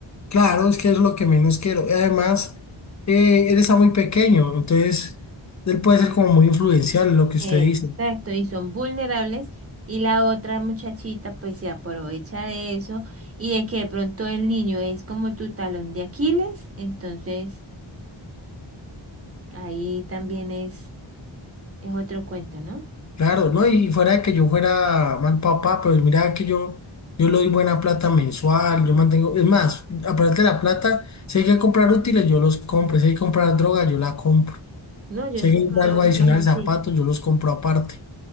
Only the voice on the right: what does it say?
Exacto,
y son vulnerables y la otra muchachita pues se aprovecha de eso y de que de pronto el niño es como tu talón de Aquiles, entonces ahí también es, es otro cuento, ¿no?
No, yo
sé
que
vos
sos así.